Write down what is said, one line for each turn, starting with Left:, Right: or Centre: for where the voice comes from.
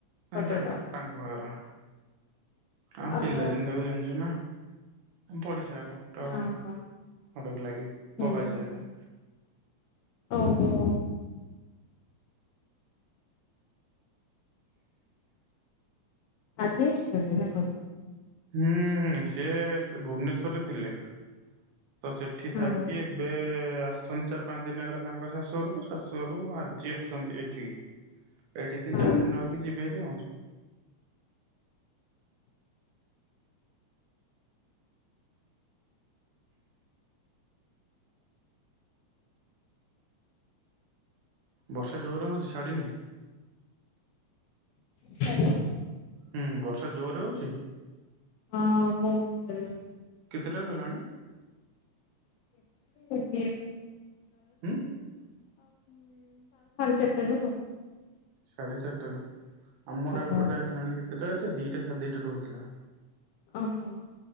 Left: ପଟର?
Right: ଆମ ବାପାଙ୍କ ଘର ଆମ
Left: ଓହୋ
Right: ପିଲାଦିନଟାକୁ ଜାଣିଚୁନା। ପଡିଶା ଘର ତ
Left: ହଁ ହଁ
Right: ଅଟକୁ ଲାଗି
Left: ହୁଁ
Right: ବବା ଝିଅ ହେବେ।
Left: ଓହୋ ଆଜି ଆସିଛନ୍ତି ନା କଣ?
Right: ହୁଁ ସିଏ ଭୁବନେଶ୍ଵରରେ ଥିଲେ। ତ ସେଠି
Left: ହଁ
Right: ଥାଇକି ଏବେ ଆସିଚନ୍ତି ଚାର ପାଞ୍ଚଦିନ ଦିନି ହେଲା ତାଙ୍କ ଶାଶୁଘରକୁ ଶାଶୁଘରୁ ଆଜି ଆସିଚନ୍ତି ଏଠିକି ଏଇଠି ତିନି
Left: ହଁ
Right: ଚାର ଦିନ ରହିକି ଯିବ ହେରି ଆଉ। ବର୍ଷା ଜୋରେ ହେଉଚି ଛାଡ଼ିନି।
Left: ହ୍ୟାଲୋ।
Right: ହୁଁ ବର୍ଷା ଜୋରେ ହଉଚି?
Left: ହଁ ବହୁତ୍ ଜୋରେ
Right: କେତେଟାରୁ ହେଲାଣି?
Left: ଜୋରେ ସାଢେ
Right: ହୁଁ?
Left: ଚାଟାରୁ ଆଉ।
Right: ସାଢେ ଚାରିଟା ରୁ ଆମର
Left: ଆଉ।
Right: ଏପଟେ ହେଲାଣି କେତେଟା ଦିଟା ସାଢ଼େ ଦିଟା ରହୁଥିଲା।
Left: ଓହୋ ହଁ